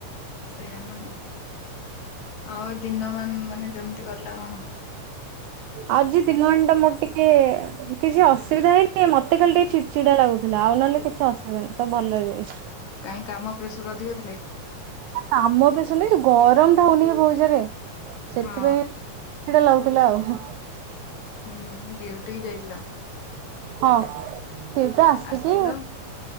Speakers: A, on the left; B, on the right.
A: ସେଇଆା ନୁହଁ ଆଉ ଦିନ ମ ମାନେ କେମିତି କଲା କଣ?
B: ଆଜି ଦିନ ମାନ ଟା ମୋର ଟିକେ କିଛି ଅସୁବିଧା ହେଇନି ମତେ ଖାଲି ଟିକେ ଛିଟ ଛିଡା ଲାଗୁଥିଲା ଆଉ ନହେଲେ କିଛି ଅସୁବିଧା ନାହିଁ ସବୁ ଭଲ ହେଇଯାଇଛି।
A: କାଇ କାମ ପ୍ରେସର ଅଧିକ ଥିଲା କି?
B: କାମ ପ୍ରେସର ନାଇଁ ଯୋଉଁ ଗରମ ଟା ହଉନିକି ବହୁତ ଜୋର ସେଥିପାଇଁ
A: ହଁ
B: ଚିଡଚିଡା ଲାଗୁଥିଲା ଆଉ।
A: ହୁଁ ଡ୍ୟୁଟି ଯାଇଥିଲ।
B: ହଁ ଡିଉଟି ଆସିକି
A: ଆସିଲ